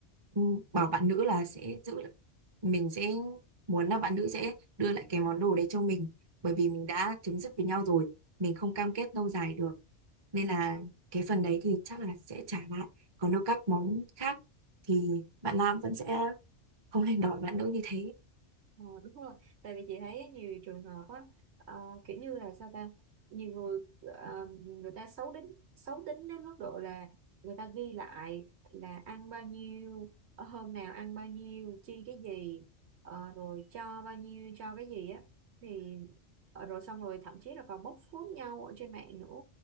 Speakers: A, on the right; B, on the right.
A: ừ, bảo bạn nữ là sẽ giữ mình sẽ muốn là bạn nữ sẽ đưa lại cái món đồ đấy cho mình bởi vì mình đã chấm dứt với nhau rồi mình không cam kết lâu dài được nên là cái phần đấy thì chắc là sẽ trả lại còn đâu các món khác thì bạn nam vẫn sẽ không hành đòi bạn nữ như thế
B: Ờ, đúng rồi tại vì chị thấy nhiều trường hợp á ờ, kiểu như là sao ta nhiều người ờ, người ta xấu tính xấu tính đến mức độ là người ta ghi lại là ăn bao nhiêu ờ, hôm nào ăn bao nhiêu chi cái gì ờ, rồi cho bao nhiêu cho cái gì á thì ờ, rồi xong rồi thậm chí là còn bóc phốt nhau ở trên mạng nữa